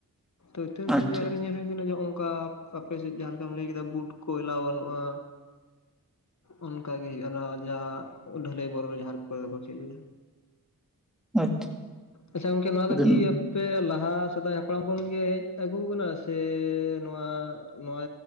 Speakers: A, on the left; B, in the centre.
A: ᱛᱚᱧ <unintelligible>
B: ᱟᱪᱪᱷᱟ
A: ᱡᱟᱭᱜᱟ ᱨᱮ ᱧᱮᱞ ᱦᱩᱭᱩᱜ ᱠᱟᱱᱟ ᱡᱮ ᱚᱝᱠᱟ ᱟᱯᱮᱥᱮᱫ ᱡᱟᱦᱟᱸ ᱞᱮᱠᱟᱢ ᱞᱟᱹᱭ ᱠᱮᱫᱟ ᱵᱩᱴ ᱠᱚ ᱮᱞᱟᱣ ᱵᱟᱱᱩᱜᱼᱟ ᱚᱱᱠᱟ ᱜᱮ ᱦᱩᱭᱩᱜᱼᱟ ᱚᱱᱟ ᱡᱟ ᱰᱷᱟᱹᱞᱟᱹᱭ ᱵᱚᱨ ᱡᱟᱦᱟ ᱠᱚᱨᱮ ᱫᱚᱠᱚ ᱪᱮᱫ ᱞᱮᱱᱟ
B: ᱟᱪᱪᱷᱟ
A: ᱟᱪᱪᱷᱟ ᱜᱚᱝᱠᱮ ᱱᱚᱣᱟ ᱫᱚ
B: ᱟᱹᱰᱤ
A: ᱠᱤ ᱟᱯᱮ ᱞᱟᱦᱟ ᱥᱮᱫᱟᱸᱭ ᱦᱟᱯᱲᱟᱢ ᱠᱷᱚᱱ ᱜᱮ ᱦᱮᱡ ᱟᱹᱜᱩᱣ ᱟᱠᱟᱱᱟ ᱥᱮ ᱱᱚᱣᱟ ᱱᱚᱣᱟ